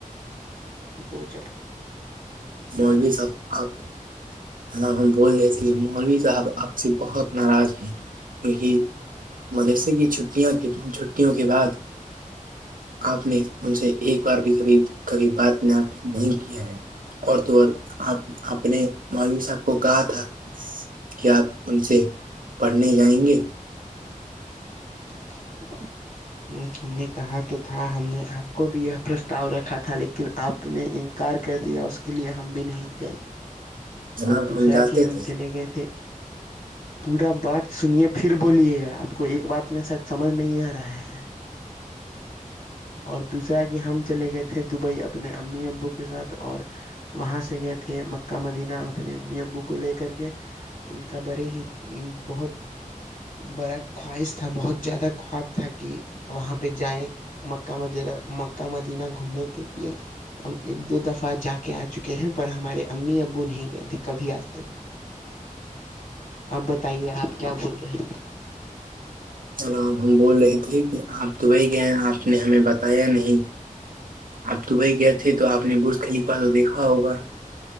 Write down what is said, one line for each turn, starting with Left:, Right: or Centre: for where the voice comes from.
Left: دوچک
Right: مج بھی سب اب جناب ہم بول رہے تھے مولوی صاحب اب سے بہت ناراض ہیں یہی مدرسے کی چیاں چھٹیوں کے بعد آپ نے ان سے ایک بار بھیبھی کبھی بات نہیں کیا ہے اور تو اور اپنے مولوی صاحب کو کہا تھا کہ آپ ان سے پڑھنے جائیں گے
Left: ا ہم نے کہا تو تھا ہم نے آپ کو بھی یہ پرستاؤ رکھا تھا لیکن آپ نے انکار کر دیا اس کے لیئے ہم بھی نہیں گئے
Right: جناب
Left: اور دوسرا
Right: جاتے
Left: کہ ہم
Right: تھے
Left: چلے گئے تھے پورا بات سنیے پھر بولیے گا آپ کو ایک بات میں س سمجھ نہیں آ رہا ہے اور دوسرا کہ ہم چلے گئے تھے دبئی اپنے امی ابو کے ساتھ اور وہاں سے گئے تھے مکہ مدینہ اپنے امی ابو کو لے کر کے ان کا بڑے ہی بہت بڑا خواہش تھا بہت زیادہ خواب تھا کہ وہاں پہ جائیں مکہ مدینہ مکہ مدینہ گھومنے کے لیے ہم ایک دو دفعہ جا کے آ چکے ہیں پر ہمارے امی ابو نہیں گئے تھے کبھی آج تک اب بتائیے آپ کیا بول رہے
Right: جام ہم بول رہے تھے کہ آپ دبئی گئے ہیں آپ نے ہمیں بتایا نہیں آپ دبئی گئے تھے تو آپ نے برز خلیفہ تو دیکھا ہوگا